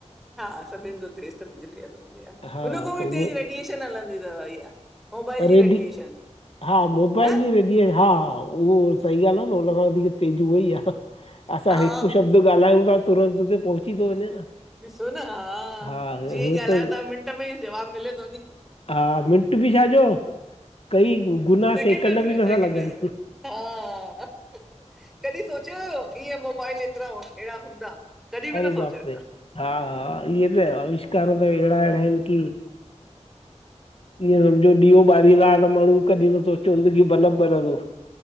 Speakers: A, in the centre; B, on the left.
A: हा सभिन खां तेज़ त बिजली हलंदी आ
B: हा
A: हुन खां
B: त
A: बि
B: उहो
A: तेज रेडिएशन हलंदी थव इहा। मोबाइल
B: रेडी
A: जी रेडिएशन
B: हा मोबाइल
A: न
B: जी रेडीय हा। उहो सही ॻाल्ह आ। न उन खां वधीक तेज उहा ई आहे असां
A: हा
B: हिक शब्द ॻाल्हायूं था। तुरंत ते पहुची थो वञे न।
A: ॾिसो न हा
B: हा
A: जीअं
B: हू
A: ई ॻाल्हायो
B: त
A: था मिंट में ई जवाब मिले थो नी।
B: हा मिंट बि छाजो। कई गुना
A: सेकेंडनि
B: सेकंड बि
A: में सेकेंडनि
B: नथा लॻन्।
A: में हा कॾहिं सोचियो थियां मोबाइल एतरा एड़ा हूंदा कॾहिं बि
B: अरे
A: न सोचियो।
B: बाप रे हा हा इहे त अविष्कार त अहिड़ा अहिड़ा आहिन की। ईअं सम्झो ॾीओ ॿारींदा त माण्हू कॾहिं न सोचियो की बल्ब बल्ब जो।